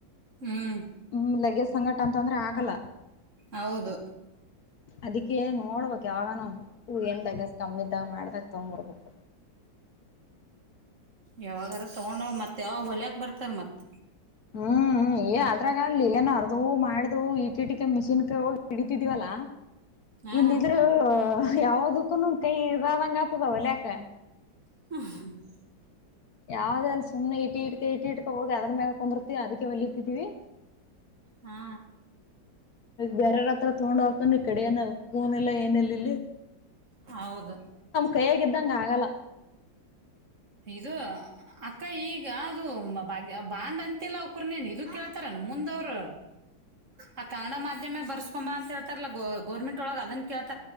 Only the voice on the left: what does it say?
ಹ್ಮ್ ಲಗೇಜ್ ಸಂಕಟ ಅಂತ ಅಂದ್ರೆ ಆಗಲ್ಲ
ಅದಕೇ ನೋಡ್ಬೇಕ ಯಾಗ ನ ಹೂ ಏನ್ ಬಗ ಕಮ್ಮಿದಾಗ ಮಾಡ್ದಾಗ ತಗೊಂಡ್ ಬರ್ಬೇಕು
ಹ್ಮ್ ಏ ಅದ್ರಾಗಲ್ ಏನ ಅರ್ದು ಮಾಡ್ದ ಇಟಿ ಇಟಿಕ ಮಿಷಿನ್ ಕ ಹೋಗಿ ಹಿಡಿತಿದಿವವಲ್ಲಾ
ಇಲ್ಲಿದ್ರು ಯಾವದಕ್ಕೂನು ಕೈರಾವಂಗ ಆತದಾ ವಲಿಯಾಕ
ಯಾವ್ದ ಅಲ್ಲಿ ಸುಮ್ಮನೆ ಇಟಿ ಇಟ್ಕ ಇಟಿ ಇಟ್ಕ ಹೋಗಿ ಅದ್ರ ಮೇಲೆ ಕುಂದ್ರ ಅದಕ್ಕೆ ಒಲಿತಿದ್ದೀವಿ
ಬೇರಾರ ಹತ್ರ ತಗೊಂಡ್ ಹಕನ್ ಕಡೆಯನ ಫೋನ್ ಇಲಾ ಏನಿಲ್ಲ ಇಲ್ಲಿ
ಕೈಯಗಿದ್ದಂಗ ಆಗಲ್ಲ